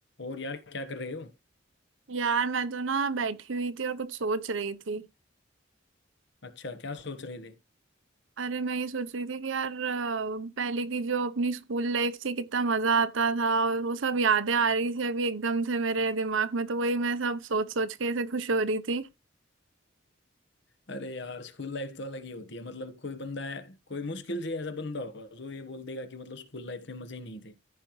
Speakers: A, on the left (about 60°); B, on the right (about 70°).
A: और यार क्या कर रहे हो
B: यार मैं तो ना बैठी हुई थी और कुछ सोच रही थी
A: अच्छा क्या सोच रहे थे
B: अरे मैं ये सोच रही थी कि यार अ, पहले की जो अपनी स्कूल लाइफ थी कितना मजा आता था और वो सब यादें आ रही थी अभी एकदम से मेरे दिमाग में तो वही मैं सब सोच सोच के ऐसे खुश हो रही थी
A: अरे यार स्कूल लाइफ तो अलग ही होती है मतलब कोई बंदा है कोई मुश्किल से ऐसा बंदा होगा जो ये बोल देगा कि मतलब स्कूल लाइफ में मजे ही नहीं थे